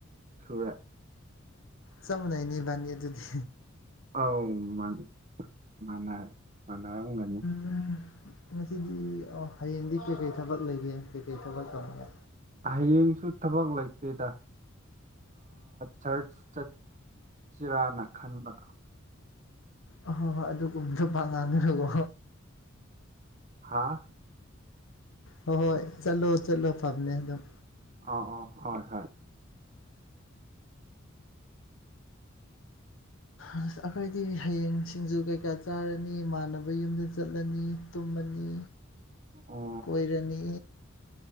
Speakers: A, on the right (about 35°); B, on the left (about 75°).
A: ꯁꯨꯔꯦ
B: ꯆꯃꯨꯅꯤꯕꯅꯤ ꯑꯗꯨꯗꯤ
A: ꯑꯧ ꯃꯥ ꯃꯥ ꯃꯥꯟꯒꯅꯦ
B: ꯎꯝ ꯉꯁꯤꯗꯤ ꯑꯣ ꯍꯌꯦꯡꯗꯤ ꯀꯩꯀꯩ ꯊꯕꯛ ꯂꯩꯒꯦ ꯀꯩꯀꯩ ꯊꯕꯛ ꯇꯧꯒꯦ
A: ꯍꯌꯦꯡꯁꯨ ꯊꯕꯛ ꯂꯩꯇꯦꯗ ꯆꯔꯆ ꯆꯠ ꯆꯤꯔꯥꯅ ꯈꯟꯕ
B: ꯑ ꯍꯣꯏ ꯍꯣꯏ ꯑꯗꯨꯒꯨꯝꯕꯁꯨ ꯄ ꯉꯥꯡꯗ꯭ꯔꯣ
A: ꯍꯥꯥ
B: ꯍꯣꯏ ꯍꯣꯏ ꯆꯠꯂꯣ ꯆꯠꯂꯣ ꯐꯕꯅꯦ ꯑꯗꯨꯝ
A: ꯑꯧ ꯑꯧ ꯍꯣꯏ ꯍꯣꯏ꯫
B: ꯑꯩꯈꯣꯏꯗꯤ ꯍꯌꯦꯡ ꯁꯤꯡꯖꯨ ꯀꯩꯀꯥ ꯆꯥꯔꯅꯤ ꯏꯃꯥꯟꯅꯕ ꯌꯨꯝꯗ ꯆꯠꯂꯅꯤ ꯇꯨꯝꯃꯅꯤ
A: ꯑꯣ
B: ꯀꯣꯏꯔꯅꯤ